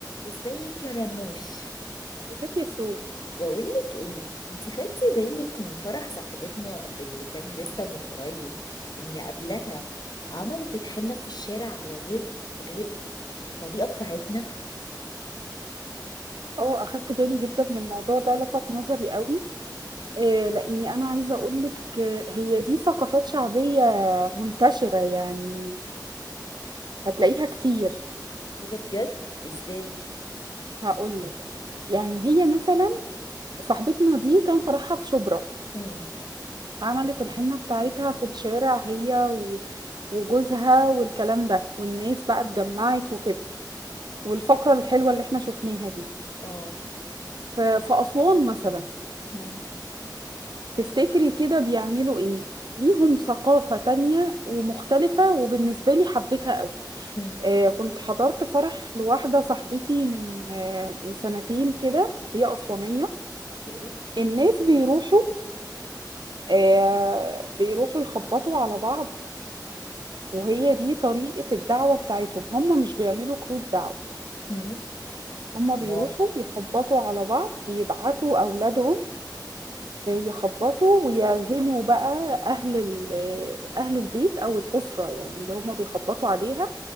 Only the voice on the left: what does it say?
ازيك يا رنوش
بقولك ايه انت خدتي بالك من فرح صاحبتنا اللي كان لسه من قريب ان قبلها عملت الحنة في الشارع على غير غير الطريقة بتاعتنا
ايه ده بجد ازاي
مم.
اوكي
اه
مم.
مم.
اوكي
مم.
امال